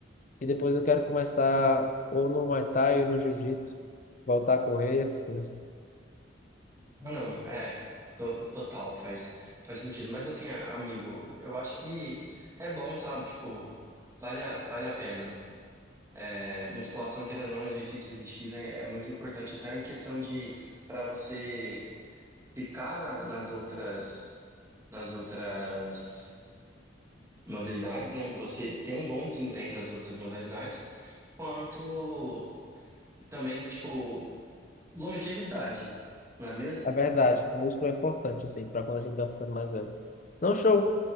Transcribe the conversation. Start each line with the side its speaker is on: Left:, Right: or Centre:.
Left: E depois eu quero começar ou no Muay Thai ou no Jiu-Jitsu, voltar a correr, essas coisas.
Right: Ah, Não, é, to- total, faz, faz sentido. Mas assim, a- amigo, eu acho que é bom, sabe? Tipo, vale a, vale a pena. É, musculação, querendo ou não, exercício resistido é, é muito importante, até em questão de para você ficar na- nas outras, nas outras modalidades, né? Você ter um bom desempenho nas outras modalidades, quanto também, tipo, longevidade, não é mesmo?
Left: É verdade, músculo é importante, assim, para quando a gente vai ficando mais velho. Não, show.